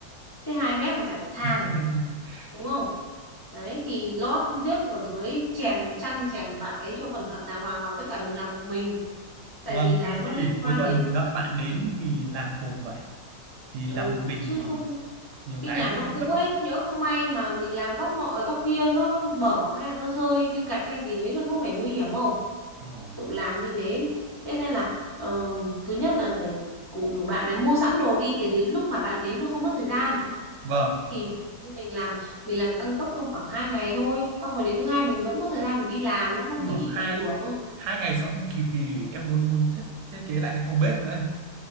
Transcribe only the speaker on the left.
thế hai mét mà chả phải thang
đúng không đấy thì lót thước ở dưới chèn chăn chèn vải ấy cho cẩn thận đàng hoàng vào với cả đừng làm một mình tại
vì là
nó liên
quan
đến
ừ
chứ
không
cái
nhà nó cũ
ấy nhỡ không may mà mình làm góc nọ ở góc kia nó nó bở hay là nó rơi viên gạch hay gì đấy rồi có phải nguy hiểm không
tự làm như thế thế nên là ờm, thứ nhất là để cụ rủ bạn này mua sẵn đồ đi thì đến lúc mà bạn đến nó không mất thời gian
thì thôi, như mình làm mình làm tăng tốc trong khoảng 2 ngày thôi xong rồi đến thứ hai mình vẫn có thời gian mình đi làm nó không
bị
ảnh hưởng